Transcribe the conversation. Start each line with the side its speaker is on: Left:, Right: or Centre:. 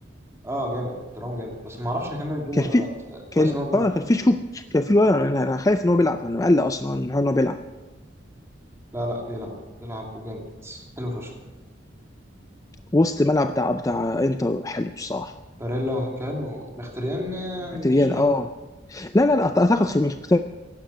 Right: اه جامد توران جامد بس ما اعرفش هيكمل الجيم
Left: كان
Right: ولا
Left: في
Right: لا بس
Left: كان
Right: كويس ان هو بيلعب
Left: اه كان في شكوك كان في آه، انا أنا خايف ان هو بيلعب انا مقلق اصلا من حوار ان هو بيلعب
Right: لا لا بيلعب بيلعب وجامد حلو فشخ
Left: وسط ملعب بتاع بتاع انتر حلو الصراحه
Right: باريلا وهكان ومختريان يعني
Left: مختبيان
Right: قشطه
Left: اه لا لا لا اعتقد في- مش مختبيان